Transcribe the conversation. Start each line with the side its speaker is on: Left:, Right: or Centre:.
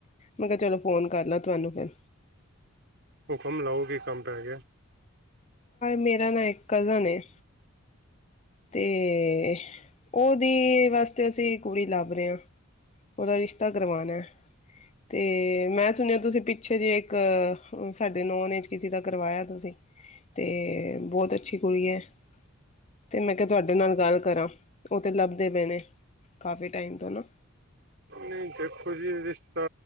Left: ਮੈਂ ਕਿਹਾ ਚਲੋ ਫੋਨ ਕਰ ਲੈ ਤੁਹਾਨੂੰ ਫਿਰ।
Right: ਹੁਕਮ ਲਾਓ ਕੀ ਕੰਮ ਪੈ ਗਿਆ।
Left: ਮੇਰਾ ਨਾਮ ਇੱਕ ਕਜ਼ਨ ਏ ਤੇ ਉਹਦੀ ਵਾਸਤੇ ਅਸੀਂ ਕੁੜੀ ਲੱਭ ਰਹੇ ਹਾਂ। ਉਹਦਾ ਰਿਸ਼ਤਾ ਕਰਵਾਣਾ ਤੇ ਮੈਂ ਸੁਣਿਆ ਤੁਸੀਂ ਪਿੱਛੇ ਜੇਹੇ ਇੱਕ ਸਾਡੇ ਨੋਨ ਏਜ ਕਿਸੀ ਦਾ ਕਰਵਾਇਆ ਤੁਸੀਂ, ਤੇ ਬਹੁਤ ਅੱਛੀ ਕੁੜੀ ਏ। ਤੇ ਮੈਂ ਕਿਹਾ ਤੁਹਾਡੇ ਨਾਲ ਗੱਲ ਕਰਾਂ ਉਹ ਤੇ ਲੱਭਦੇ ਪਏ ਨੇ, ਕਾਫੀ। ਟਾਈਮ ਤੋਂ ਨਾ
Right: ਨਹੀਂ ਦੇਖੋ ਜੀ ਰਿਸ਼ਤਾ